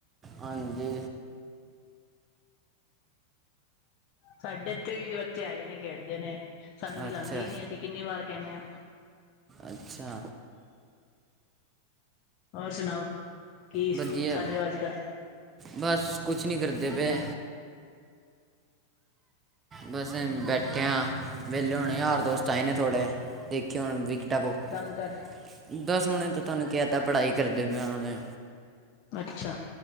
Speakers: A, on the right (about 20°); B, on the left (about 40°).
A: ਹਾਂਜੀ।
B: ਸਾਡੇ ਇੱਥੇ ਵੀ ਬੱਚੇ ਹੈਗੇ ਨੇ, ਖੇਡਦੇ ਨੇ। ਸਾਨੂੰ ਖਿਲਾਉਂਦੇ
A: ਅੱਛਾ
B: ਹੀ ਨੀ, ਅਸੀਂ ਕਿੰਨੀ ਵਾਰ ਕਹਿੰਦੇ ਹਾਂ।
A: ਅੱਛਾ।
B: ਹੋਰ ਸੁਣਾਓ, ਕੀ
A: ਵਧੀਆ
B: ਕਰ ਰਹੇ ਹੋ ਅੱਜਕਲ?
A: ਬਸ, ਕੁਛ ਨੀ ਕਰਦੇ ਪਏ। ਬਸ ਬੈਠੇ ਆ ਵਿਹਲੇ ਹੁਣੇ ਯਾਰ ਦੋਸਤ ਆਏ ਨੇ ਥੋੜ੍ਹੇ, ਦੇਖੇ ਹੁਣ ਵਿਕਟਾਂ ਬੁੱਕ
B: ਮੁਮ ਘਰ <unintelligible>
A: ੱਦਸ ਸੋਣੇ ਤਾਂ ਤੁਹਾਨੂੰ ਕਹਿਤਾ, ਪੜ੍ਹਾਈ ਕਰਦੇ ਮ ਹੁਣੇ
B: ਅੱਛਾ।